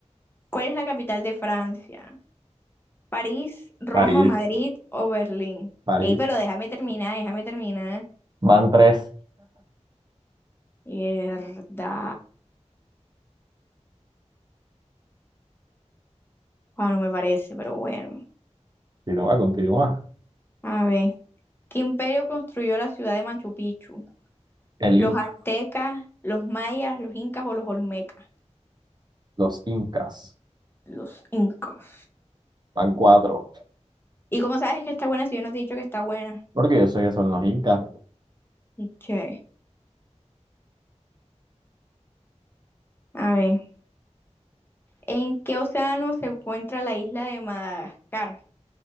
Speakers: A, on the left (about 20°); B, on the right (about 35°).
A: ¿cuál es la capital de Francia? ¿París, Roma,
B: París,
A: Madrid o Berlín?
B: París.
A: Ey, pero déjame terminar, déjame terminar.
B: Van tres.
A: Mierda. Ah, no me parece, pero bueno.
B: Continúa, continúa.
A: A ver. ¿Qué imperio construyó la ciudad de Machu Picchu?
B: El Inca,
A: ¿Los aztecas, los mayas, los incas o los olmecas?
B: los Incas.
A: Los incas.
B: Van cuatro.
A: ¿Y cómo sabes que está buena si yo no te he dicho que está buena?
B: Porque yo sé que son los Incas.
A: Che. A ver. ¿En qué océano se encuentra la isla de Madagascar?